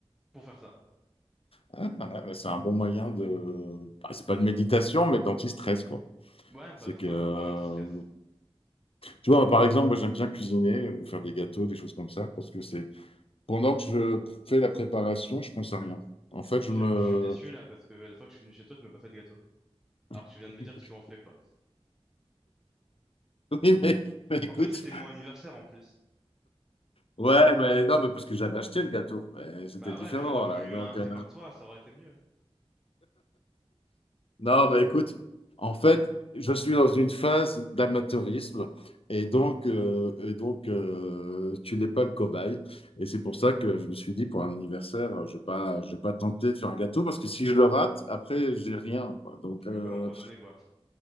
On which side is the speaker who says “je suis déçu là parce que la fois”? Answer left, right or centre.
Centre